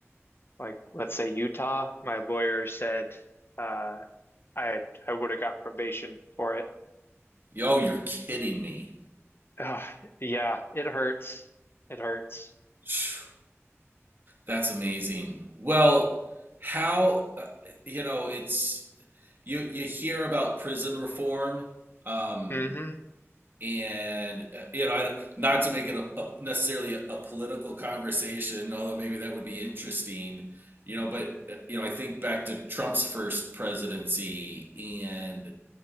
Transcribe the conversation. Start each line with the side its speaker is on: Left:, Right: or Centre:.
Left: like let's say Utah, my lawyer said uh I I would have got probation for it.
Right: Yo, you're kidding me.
Left: Ugh, yeah, it hurts. It hurts.
Right: Phew. That's amazing. Well, how uh, you know it's you you hear about prison reform, um,
Left: hmm
Right: and uh, you know I, not not to make it a, a necessarily a, a political conversation, although maybe that would be interesting. You know, but uh, you know I think back to Trump's first presidency, and